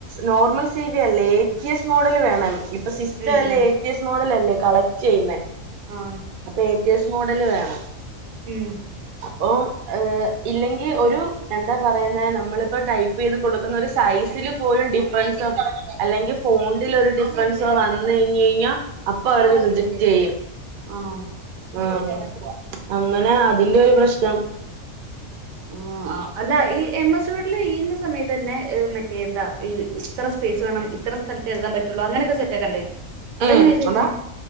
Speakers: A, on the right; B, on the right.
A: നോർമൽ സിബി അല്ലേ എ ടി എസ് മോഡൽ വേണം ഇപ്പം സിസ്റ്റം
B: ഉം
A: എല്ലാം
B: ഉം
A: എ ടി എസ് മോഡൽ അല്ലേ കളക്ട് ചെയ്യുന്ന
B: ആഹ്
A: അപ്പൊ എ ടി എസ് മോഡല് വേണം
B: ഉം
A: അപ്പോ ഏഹ് ഇല്ലെങ്കിൽ ഒരു എന്താ പറയുന്ന നമ്മളിപ്പോ ടൈപ്പ് ചെയ്ത് കൊടുക്കുന്ന ഒരു സൈസില് പോലും ഡിഫൻസ് അല്ലെങ്കിൽ ഫോണ്ടിൽ ഒരു ഡിഫൻസോ വന്ന് കഴിഞ്ഞ് കഴിഞ്ഞാൽ അപ്പൊ അവരത് റിജക്ട് ചെയ്യും
B: ആണോ
A: ഉം
B: ഓ
A: അങ്ങനെ അതിന്റെ ഒരു പ്രശ്നം
B: ആഹ് ആഹ് അല്ല ഈ എം സ് വെഡില് ഈന്ന സമയത്ത് തന്നെ മറ്റേ എന്താ ഇത്ര സ്പേസ് വേണം ഇത്ര സ്ഥലത്തെ എഴുതാൻ പറ്റുള്ളു അങ്ങനൊക്കെ സെറ്റാക്കണ്ടേ അതെങ്ങനെയാ
A: ഉം
B: ചെയ്യുന്നേ
A: അതാ